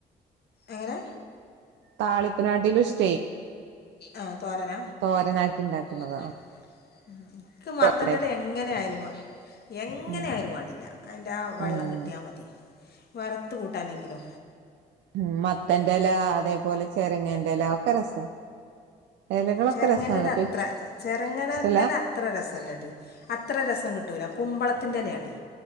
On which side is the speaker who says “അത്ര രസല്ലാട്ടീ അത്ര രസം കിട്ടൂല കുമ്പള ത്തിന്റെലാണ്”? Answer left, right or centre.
Left